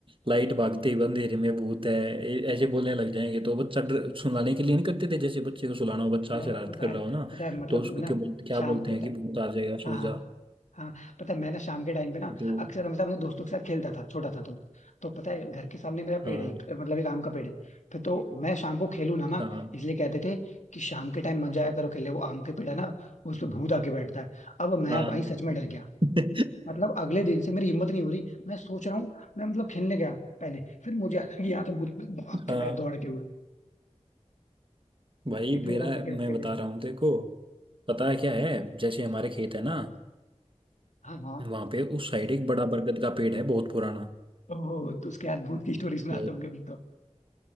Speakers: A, on the right (about 45°); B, on the left (about 90°).
A: लाइट भागते ही अंधेरे में भूत है ए- ऐसे बोलने लग जाएंगे तो बच्चा डर सुलाने के लिए नहीं करते थे जैसे बच्चे को सुलाना हो बच्चा
B: यार
A: शरारत
B: पता
A: कर
B: है
A: रहा हो ना
B: पता है मतलब
A: तो उसको
B: ना
A: क्या बोलते क्या
B: शाम
A: बोलते
B: के
A: हैं
B: टाइम
A: कि भूत आ जाएगा सो
B: हाँ
A: जा
B: हाँ हाँ पता है मैं ना शाम के टाइम पे ना
A: तो
B: अक्सर हमेशा अपने दोस्तों के साथ खेलता था छोटा था तो तो पता है घर के सामने मेरा पेड़
A: हाँ
B: है एक, मतलब एक आम का पेड़ है फिर तो मैं शाम को खेलू ना ना
A: हाँ
B: इसलिए कहते थे कि शाम के टाइम मत जाया करो खेलने वो आम के पेड़ है ना उस पे भूत आके बैठता है अब मैं
A: हाँ
B: भाई सच में डर गया
A: भाई
B: मतलब अगले दिन से मेरी हिम्मत नहीं हो रही मैं सोच रहा हूँ मैं मतलब खेलने गया पहले फिर मुझे आया कि यहाँ तो भूत मैं भाग के
A: हाँ
B: आया दौड़ के हुए
A: भाई
B: इतने
A: मेरा
B: डर लगे रखते
A: मैं बता
B: थे
A: रहा हूँ तेरे को पता है क्या है जैसे हमारे खेत है ना
B: हाँ हाँ
A: वहां पे उस साइड एक बड़ा बरगद का पेड़ है बहुत पुराना
B: ओह तो उसके बाद भूत की स्टोरी सुनाते
A: बहुत-
B: होंगे फिर तो